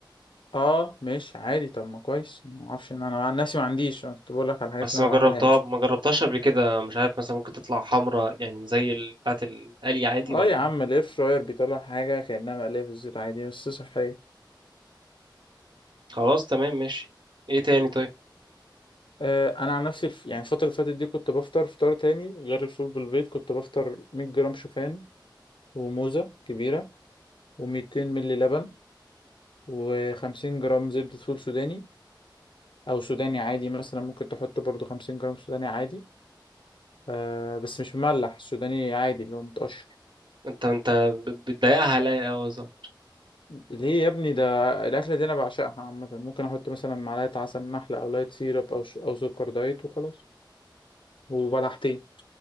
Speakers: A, on the left; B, on the right.
A: اه ماشي عادي طب ما كويس ما اعرفش ان انا عن نفسي ما عنديش انا كنت بقول لك على الحاجات
B: بس
A: اللي
B: ما
A: انا
B: جربتها
A: بعملها يعني
B: ما جربتهاش قبل كده مش عارف مثلا ممكن تطلع حمرا يعني زي ال- بتاعت القلي عادي
A: اه
B: ولا
A: يا عم الاير فراير بيطلع حاجه كانها مقليه في الزيت عادي بس صحيه
B: خلاص تمام ماشي ايه تاني طيب
A: آه، انا عن نفسي ف- يعني الفتره اللي فاتت دي كنت بفطر فطار تاني غير الفول بالبيض كنت بفطر 100 جرام شوفان وموزه كبيره و200 ملي لبن و50 جرام زبده فول سوداني او سوداني عادي مثلا ممكن تحط برضو 50 جرام سوداني عادي آه بس مش مملح سوداني عادي اللي هو متقشر
B: انت انت ب- بتضايقها عليا قوي صح
A: ليه يا ابني ده الاكله دي انا بعشقها عامه ممكن احط مثلا معلقه عسل نحله او لايت سيرب او ش... او سكر دايت وخلاص وبلحتين